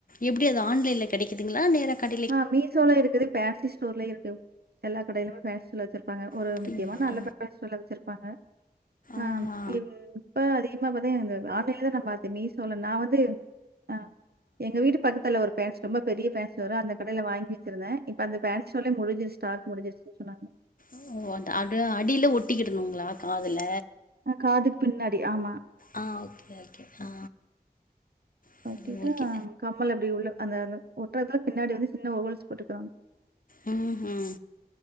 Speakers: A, on the left; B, on the right.
A: எப்டி அது ஆன்லைன்ல கெடைக்குதுங்களா நேரா கடை
B: ஆ மீசோல இருக்குது பேன்சி ஸ்டோர்லய இருக்கு எல்லா கடையிலுமே ஃபேன்சில வச் இருப்பாங்க ஒரு
A: அப்டிங்களா
B: முக்கியமா நல்ல ஃபேன்சி ஸ்டோர்ல வச்சுருப்பாங்க ஆ
A: ஆஹா
B: இப் இப்ப அதிகமா பத்தீங்க ஆன்லைன்லதா நம்ம பாத்தே மீசோல நா வந்து ஆ எங்க வீட்டு பக்கத்துல ஒரு ஃபேன்சி ரொம்ப பெரிய ஃபேன்சி ஸ்டோரா அந்த கடையில வாங்கி வச்சுருந்தே இப்ப அந்த ஃபேன்சி ஸ்டோர் முடிஞ்சிடுச்சு ஸ்டாக் முடிஞ்சிருச்சுனு சொன்னாங்க
A: ஓ அ அத அடியில ஒட்டிக்கிடணும்ங்களா காதுல
B: ஆ காது பின்னாடி ஆமா
A: ஆ ஓகே ஓகே ஆ
B: <unintelligible>
A: சரி ஓகே
B: கம்மல் அப்புடி உள்ள அந்தந்த ஒட்ற எடத்துல பின்னாடி வந்து சின்ன ஹோல்ஸ் போட்டுக்குறாங்க
A: உம் உஹம்